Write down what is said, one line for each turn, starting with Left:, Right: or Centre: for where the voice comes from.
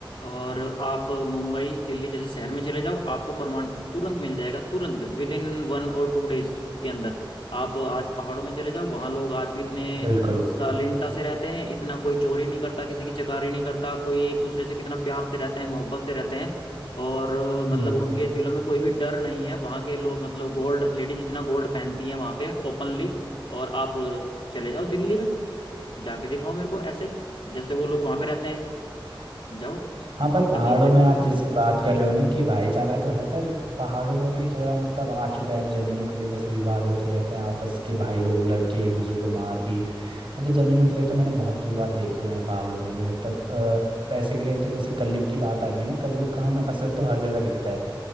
Left: और आप मुंबई दिल्ली जैसे शहर में चले जाओ आपको प्रमाण तुरंत मिल जाएगा तुरंत विद इन वन और टू डेज के अंदर आप आज पहाड़ों में चले जाओ वहाँ लोग आज भी इतने
Right: बिल्कुल
Left: शालीनता से रहते हैं इतना कोई चोरी नहीं करता किसी की चकारी नहीं करता कोई एक दूसरे से कितना प्यार से रहते हैं मोहब्बत से रहते हैं और अ, मतलब
Right: बिल्कुल
Left: उनके दिलों में कोई भी डर नहीं है वहाँ के लोग मतलब गोल्ड लेडीज इतना गोल्ड पहनती हैं वहाँ पे ओपनली और आप अ, चले जाओ दिल्ली में जाके दिखाओ मेरे को ऐसे जैसे वो लोग वहाँ पे रहते हैं जाओ
Right: हाँ पर पहाड़ों
Left: अभी ले
Right: में
Left: लो प्रमाण
Right: आप जैसे बात कर रहे हो ना कि भाईचारा तो है पर पहाड़ों में भी थोड़ा मतलब आ चुका है अब जमीनों के लिए जैसे विवाद होते रहते हैं आपस के भाई लोग लड़के एक दूसरे को मार पीट मतलब जमीनों के लिए तो मैंने बहुत विवाद देखे हुए हैं पहाड़ों में भी मतलब अ, पैसे के लिए तो जैसे कलयुग की बात आ गई ना कलयुग का हमें
Left: हम्म
Right: असर
Left: हम्म
Right: तो हर जगह दिखता है